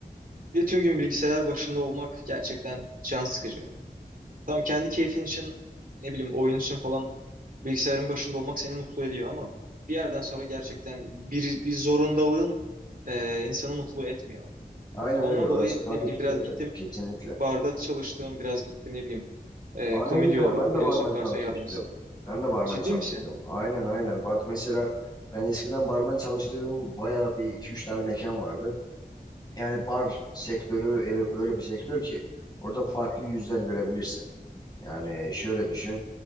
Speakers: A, on the right; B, on the left.
A: Bir de tüm gün bilgisayar başında olmak gerçekten can sıkıcı. Tam kendi keyfin için ne bileyim oyun için falan bilgisayarın başında olmak seni mutlu ediyor ama bir yerden sonra gerçekten bir, bir zorundalığın e, insanı mutlu etmiyor.
B: Aynen
A: Ya ondan
B: öyle orası
A: dolayı
B: tabii
A: ne bileyim
B: ki
A: biraz
B: de öyle.
A: gittim
B: Kesinlikle.
A: barda çalıştığım, biraz gittim ne bileyim. E,
B: Aa ne
A: komi
B: güzel ben de
A: biliyorsun
B: barmen
A: garson
B: çalışmıştım.
A: yardımcısı.
B: Ben de barmen
A: Ciddi
B: çalıştım.
A: misin?
B: Aynen aynen. Bak mesela ben eskiden barmen çalıştığım bayağı bir iki üç tane mekan vardı. Yani bar sektörü öyle, öyle bir sektör ki orada farklı yüzler görebilirsin. Yani şöyle düşün.